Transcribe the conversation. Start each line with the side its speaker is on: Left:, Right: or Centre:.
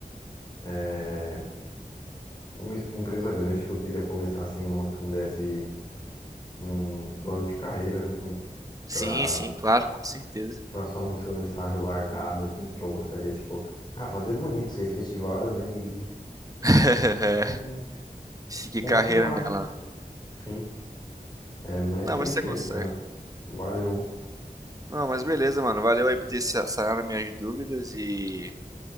Left: é, uma es- empresa grande que eu queria começar assim, numa que me desse um plano de carreira, né?
Right: Sim,
Left: Pra,
Right: sim, claro, com certeza.
Left: pra só não ser um estágio largado ali, que eu gostaria, tipo, ah, fazer bonito, ser efetivado, né? E,
Right: <laughs>
Left: e
Right: Seguir
Left: continuar,
Right: carreira nela.
Left: né?
Right: né.
Left: Sim. É, mas
Right: Não,
Left: é
Right: mas
Left: isso
Right: você consegue.
Left: aí, cara. Valeu.
Right: Não, mas beleza, mano, valeu aí por ter sa- sanado minhas dúvidas e